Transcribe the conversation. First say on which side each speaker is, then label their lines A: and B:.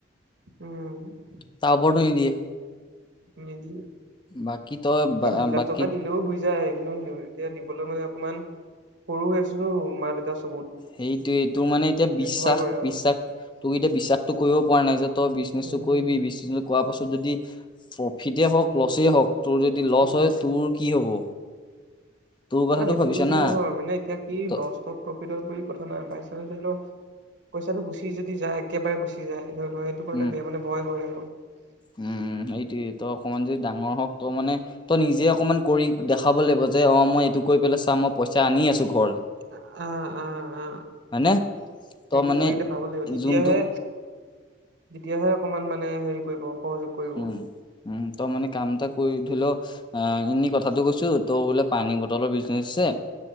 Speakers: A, on the right; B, on the left.
A: উম উম
B: তা ওপৰটো নিদিয়ে?
A: নিদিয়ে
B: বাকী তই
A: এই দুই লাখ
B: বাকী
A: টকা দিলেও হৈ যায় কিন্তু এতিয়া হলো মানে অকমান সৰু হৈ আছোঁটো মা দেউতাই
B: সেইটোয়ে তোৰ মানে এতিয়া বিশ্বাস-বিশ্বাস
A: ভয় কৰে আৰু
B: তোক এতিয়া বিশ্বাসটো কৰিব পৰা নাই যে তই বিজনেছ
A: উম
B: চকৰিবি বিজনেচনত কী কৰিবি কোৱা পাছত যদি প্ৰফিতে হওঁক লচ হওক তোৰ যদি লছ
A: উম
B: হয় তোৰ কি হ'ব? তোৰ কথাটো
A: ন' সেইটো
B: ভাবিছা
A: বুজি
B: না
A: নহয় মানে এতিয়া কি
B: ত
A: লছক প্ৰফিটৰজিএফগক কথা নাই বাই চান ধৰি লও পইচাটো গুচি যদি যায় একেবাৰে গুচি যায়। সেইটো, সেইটো কাৰণে
B: উম
A: বেয়া মানে ভয় কৰে আৰু।
B: উম, সেইটোয়ে। তই অকমান যদি ডাঙৰ হওক ত' মানে, তই নিজে অকমান কৰি দেখাব লাগিব। যে অ, মই এইটো কৰি পেলাই চা মই পইচা আনি আছোঁ ঘৰ
A: আ, আ, আ।
B: হয়নে তই
A: সেইটো
B: মানে
A: কৰি দেখাব লাগিব তেতিয়াহে,
B: যোনটোক
A: তেতিয়াহে অকমান মানে হেৰি কৰিব। সহযোগ কৰিব
B: উম, উম, তই মানে কাম এটা কৰি ধৰি লওঁ, আহ এনে কথা কথাটো কৈছো, ত' বোলে পানী বটলৰ বিজনেচ আছে।